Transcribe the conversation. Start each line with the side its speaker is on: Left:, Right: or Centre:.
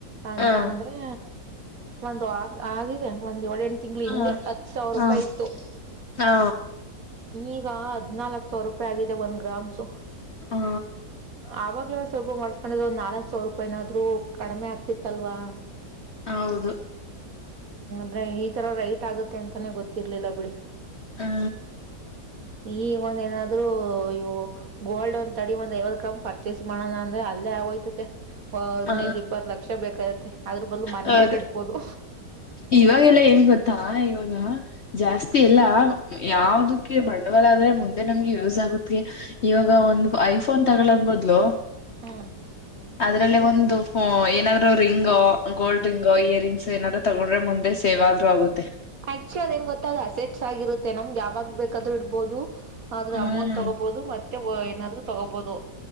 Right: ಅಂತ
Left: ಹಾ
Right: ಅಂದ್ರೆ ಒಂದ್ ಆಗ್ ಆಗಿದೆ ಒಂದ್ ಏಳ್ ಎಂಟ ತಿಂಗಳ ಹಿಂದೆ
Left: ಹಾ
Right: ಹತ್ ಸಾವಿರ ರೂಪಾಯಿ
Left: ಹಾ
Right: ಇತ್ತು.
Left: ಹಾ
Right: ಈಗ ಹದನಾಲ್ಕ್ ಸಾವಿರ ರೂಪಾಯಿ ಆಗಿದೆ ಒಂದ್ ಗ್ರಾಮ್ಸು
Left: ಹಾ
Right: ಆವಾಗಲೇ ಸ್ವಲ್ಪ ಮಾಡ್ಸ್ಕೊಂಡಿದ್ರೆ ಒಂದ್ ನಾಲ್ಕ್ ಸಾವಿರ ರೂಪಾಯ ಏನಾದರೂ ಕಡಿಮೆ ಆಗ್ತಿತ್ತ ಅಲ್ವಾ.
Left: ಹೌದು
Right: ಅಂದ್ರೆ ಈ ತರ ರೈಟ್ ಆಗುತ್ತೆ ಅಂತಾನೆ ಗೊತ್ತಿರ್ಲಿಲ್ಲ ಬಿಡಿ
Left: ಹಾ
Right: ಈಗ ಒಂದ ಏನಾದ್ರು ಇವು ಗೋಲ್ಡ್ ಒಂದ ತಡಿ ಒಂದ್ ಐವತ್ ಗ್ರಾಮ್ ಪರ್ಚೇಸ್ ಮಾಡೋಣ ಅಂದ್ರೆ ಅಲ್ಲೇ ಹೊಯ್ತತೆ ಹದಿನೈದು
Left: ಹ
Right: ಇಪ್ಪತ್ತು ಲಕ್ಷ ಬೇಕಯತತಿ ಅದ್ರ ಬದಲು ಮನ್ನೆನ
Left: ಹೌದು
Right: ಕಟ್ಬೋದು.
Left: ಇವಾಗೆಲ್ಲ ಏನ್ ಗೊತ್ತಾ ಇವಾಗ ಜಾಸ್ತಿ ಎಲ್ಲ ಯಾವ್ದಕ್ಕೆ ಬಂಡವಾಳ ಮುಂದೆ ನಮಗೆ ಯೂಸ್ ಆಗುತೆ ಇವಾಗ ಒಂದ್ ಐದ ಫೋನ್ ತಗಳದ್ ಬದ್ಲು
Right: ಹ್ಮ್
Left: ಅದ್ರಲ್ಲಿ ಒಂದು ಏನಾದ್ರು ring gold ring year rings ಏನಾದ್ರು ತಗೊಂಡ್ರೆ ಮುಂದೆ ಸೇವ್ ಆದ್ರೂ ಆಗುತ್ತೆ
Right: ಆಕ್ಚುಲಿ ಅದೇನ್ ಗೊತ್ತ ಅ ಅಸೆಟ್ಸ್ ಆಗಿರುತ್ತೆ ನಮ್ಗೆ ಯಾವಾಗ ಬೇಕಾದ್ರೂ ಇಡ್ಬೋದು. ಆದ್ರೂ
Left: ಹ್ಮ್
Right: ಅಮೌಂಟ್ ತಗೋಬಹುದು ಮತ್ತೆ ಏನಾದ್ರು ತಗೋಬಹುದು